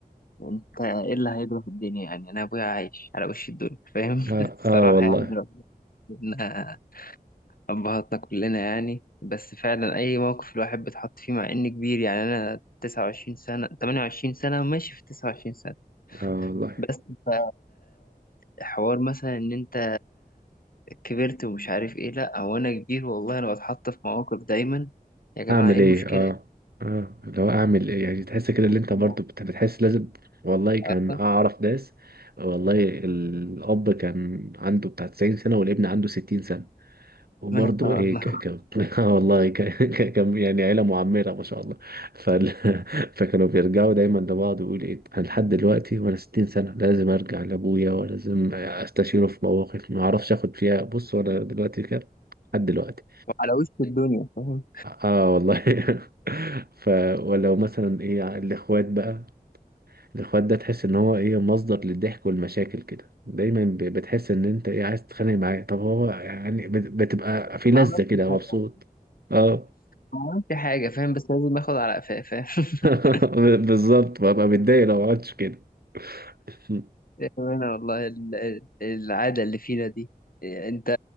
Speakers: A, on the left; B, on the right.
A: انت ايه اللي هيجرى في الدنيا يعني انا ابويا عايش على وش الدنيا فاهم <laughs>
B: آه,
A: الصراحه
B: آه والله
A: يعني ربنا ابهاتنا كلنا يعني بس فعلا اي موقف الواحد بيتحط فيه مع اني كبير يعني انا 29 سنه 28 سنه ماشي في 29 سنه
B: آه والله
A: بس ف حوار مثلا ان انت كبرت ومش عارف ايه لا هو انا كبير والله انا بتحط في مواقف دايما يا جماعه
B: اعمل
A: ايه المشكله
B: ايه اه
A: <laughs> يعني؟
B: اه اللي هو اعمل ايه يعني تحس كده اللي انت
A: اه
B: برضو بت- بتحس لازم والله كان
A: اه
B: اعرف ناس والله الاب كان عنده بتاع 90 سنه والابن عنده 60 سنه وبرضه
A: ما شاء
B: ايه
A: الله
B: ك... ك... <laughs> آه والله ك... ك... كان يعني عيله معمره ما شاء الله فال... <laughs> فكانوا بيرجعوا دايما لبعض ويقول ايه انا لحد دلوقتي وانا 60 سنه لازم ارجع لابويا ولازم استشيره في مواقف ما اعرفش اخد فيها بص وانا دلوقتي كده لحد دلوقتي
A: على وش الدنيا فاهم
B: اه والله <laughs> ف ولو مثلا ايه الاخوات بقى الاخوات ده تحس ان هو ايه مصدر للضحك والمشاكل كده دايما ب- بتحس ان انت ايه عايز تتخانق معاه طب هو يعني بت- بتبقى في
A: ما
B: لذة
A: عملتش
B: كده
A: حاجة
B: مبسوط اه
A: ما عملتش حاجة فاهم بس لازم اخد على قفاه فاهم <laughs>
B: <laughs> بالظبط ببقى متضايق لو ما عملتش كده اه
A: أنا والله ال- ال- العادة اللي فينا دي أنت